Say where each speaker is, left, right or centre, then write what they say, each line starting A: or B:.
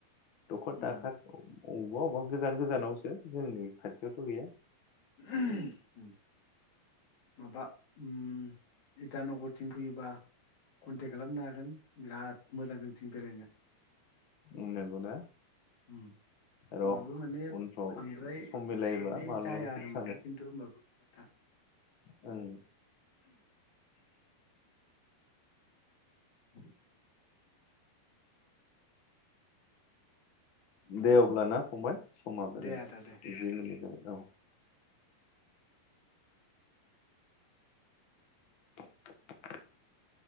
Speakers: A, on the left (about 80°); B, on the left (about 45°).
A: दखर
B: उम
A: दाखार अबेबा-अबेबा, गोजान-गोजानावसो जोंनि खाथियावथ' गैया।
B: ओम माबा उम इटानगरथिं फैयोबा कन्टेक्ट खालामनो हागोन बिराद मोजां जोंथिं बेरायनो।
A: बुंनांगौ ना
B: उम होमबाबो
A: र'
B: माने
A: उनफ्राव
B: बांद्राय
A: सम मिलायोबा
B: थांनाय
A: मालाबाफोर
B: जाया आरो माने खिन्थु माबा खोथा
A: ओं
B: <inaudible>
A: दे अब्ला ना फंबाय? समाबो
B: दे आदा दे
A: औ <inaudible> <inaudible>